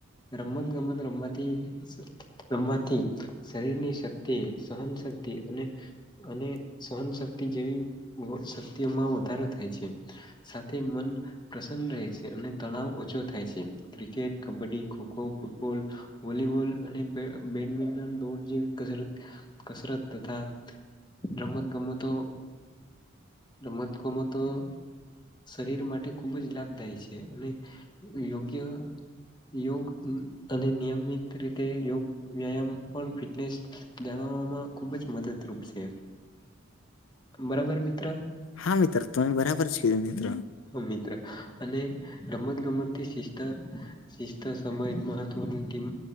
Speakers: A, on the left; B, on the left.
A: રમત ગમત રમવાથી... રમવાથી શરીરની શક્તિ, સહન શક્તિ અને અને સહન શક્તિ જેવી શક્તિઓમાં વધારો થાય છે. સાથે મન પ્રસન્ન રહે છે અને તણાવ ઓછો થાય છે. Cricket, kabaddi, kho kho, football volleyball અને બે બેડમિન્ટન, દોડ જેવી કહરત કસરત તથા રમત ગમતો રમત ગમ તો શરીર માટે ખૂબ જ લાભદાયી છે અને યોગ્ય યોગ અને નિયમિત રીતે યોગ વ્યાયામ પણ ફિટનેસ જાણવા માં ખુબ જ મદદરૂપ છે બરાબર મિત્ર
B: હા મિત્ર તમે બરાબર છે મિત્ર
A: હમ્મ મિત્ર અને રમત ગમત થી <inaudible> શિસ્ત સમય મહત્વની ટીમ